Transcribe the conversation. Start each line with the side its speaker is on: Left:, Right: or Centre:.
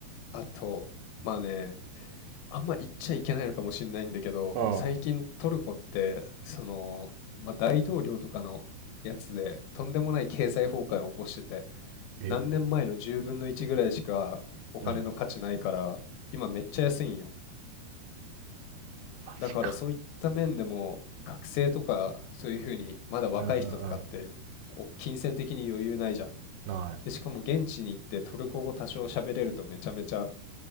Left: あと、まあね、あんま言っちゃいけないのかもしれないんだけど、
Right: うん
Left: 最近トルコって、その、まあ、大統領とかのやつで、とんでもない経済崩壊を起こしてて、
Right: え
Left: 何年前の10分の1ぐらいしかお金の価値ないから、
Right: うん。
Left: 今めっちゃ安いんよ。
Right: マジか。
Left: だからそういった面でも、学生とか、そういうふうに、まだ若い人とかって、
Right: うんうんうん。
Left: お金銭的に余裕ないじゃん。
Right: ない
Left: で、しかも現地に行ってトルコ語多少喋れるとめちゃめちゃ